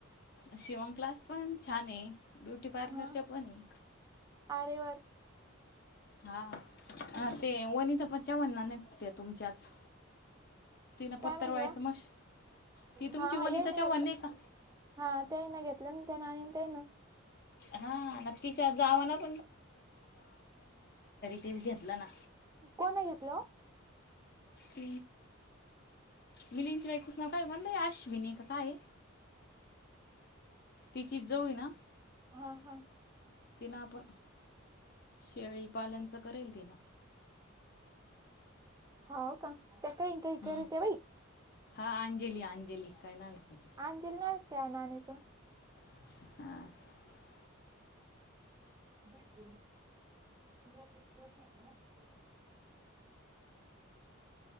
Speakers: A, on the left; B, on the right.
A: शिवन क्लास पण छान आहे. ब्युटी पार्लरच्या
B: हा
A: पणं ए.
B: आरे वर्क
A: हा ते वनीता पण जेवण नार नाही म्हणते तुमच्याच तिनं
B: काय
A: पत्तरवाळ्याचं
B: म्हणल्या?
A: मश ती तुमची
B: हा
A: वनिता
B: ये नाही
A: चव्हाण
B: ह्यातल हां.
A: का
B: ताईना घेतलं अन् तेना आणि ते न
A: हा नक्कीच्या जावानच ते घेतलं ना
B: कोण अ घेतल हो?
A: त मिलींदची बायकोचं नाव काय म्हण बाई अशविनी? आता काय तिची जाऊ ए ना?
B: हा हा
A: तिनं आपण शेळी पालनचं करेल तिनं
B: हो का त्या काही काही
A: हम्म
B: कर ते बाई
A: हा अंजली अंजली काय नातीच
B: अंजली नाही त्या नाणीचा
A: ह
B: ब